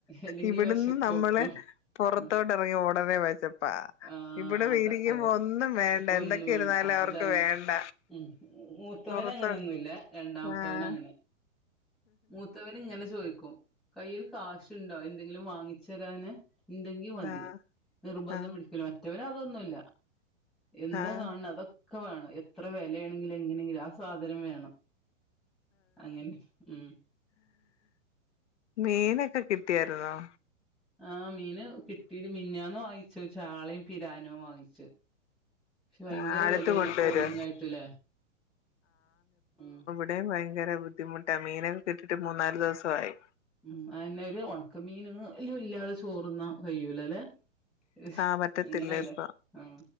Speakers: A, in the centre; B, on the left.
A: അല്ലെങ്കി
B: ഇവിടുന്ന്
A: വെശക്കും
B: നമ്മളെ
A: ഉം
B: പൊറത്തോട്ടെറങ്ങ്യ
A: ഉം
B: ഉടനെ വെഷപ്പാ
A: ആഹ്
B: ഇവിടെ
A: അതാ
B: ഇരിക്കുമ്പൊ
A: അത്
B: ഒന്നും വേണ്ട
A: ഒന്നും
B: എന്തൊക്കെ
A: വേണ്ട
B: ഇരുന്നാലും അവർക്ക്
A: അതാണ്
B: വേണ്ട
A: ഉം മൂത്തവന്
B: പുറത്ത്
A: അങ്ങനൊന്നുല്ല രണ്ടാമത്തവന്
B: ആഹ്
A: അങ്ങനെ മൂത്തവന് ഇങ്ങനെ ചോദിക്കും കയ്യില് കാശുണ്ടൊ എന്തെങ്കിലും വാങ്ങി ച്ചരാന് ഇണ്ടെങ്കി മതി
B: ആഹ്
A: നിർബന്ധം
B: ആഹ്
A: പിടിക്കൂല മറ്റവന് അതൊന്നുല്ല എന്താ
B: ആഹ്
A: കാണ്ണെ അതൊക്ക വേണം എത്ര വെലയാണെങ്കിലും എങ്ങനെങ്കിലും ആഹ് സാധനം വേണം അങ്ങനെ ഉം
B: മീനൊക്ക കിട്ടിയാര്ന്നോ
A: ആഹ് മീന് കിട്ടീല് മിന്നാന്ന് വാങ്ങിച്ചു ചാളയും പിരാനും വാങ്ങിച്ച് പക്ഷെ ഭയങ്കര
B: ആഹ് അടുത്ത്
A: വെലേണ്
B: കൊണ്ടുവരോ
A: ട്രോളിങ് ആയിട്ട്ലേ ഉം
B: ഇവിടെ ഭയങ്കര ബുദ്ധിമുട്ടാ മീനൊക്കെ കിട്ടിട്ട് മൂന്നാല് ദിവസവായി
A: ഉം അയന്നെ ഒരു ഉണക്കമീന്ല്ലു ഇല്ലാതെ ചോറ്ന്നാൻ കയുലാല്ലെ ഹ്
B: ആഹ് പറ്റത്തില്ല
A: അങ്ങനെയല്ലേ
B: ഇപ്പൊ
A: ആഹ